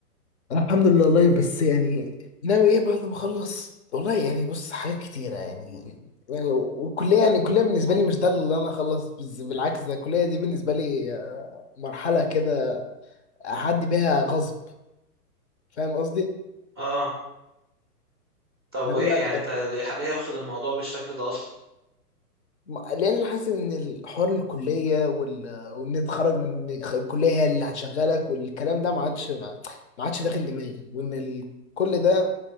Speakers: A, on the left; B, on the right.
A: الحمد لله والله بس يعني ناوي ايه بعد ما اخلص والله يعني بص حاجات كتيرة يعني يعني والكلية يعني الكلية بالنسبة لي مش ده اللي انا اخلص بز- بالعكس ده الكلية دي بالنسبة لي آه، مرحلة كده اعدي بيها غصب فاهم قصدي؟
B: اه طب
A: اللي
B: وايه يعني
A: هو
B: انت ليه ليه واخد الموضوع بالشكل ده اصلا
A: م- لان أنا حاسس ان الحوار الكليه وال... وان انت تخرج من الكليه هي اللي هتشغلك والكلام ده ما عادش ما ما عادش داخل دماغي وان ال... كل ده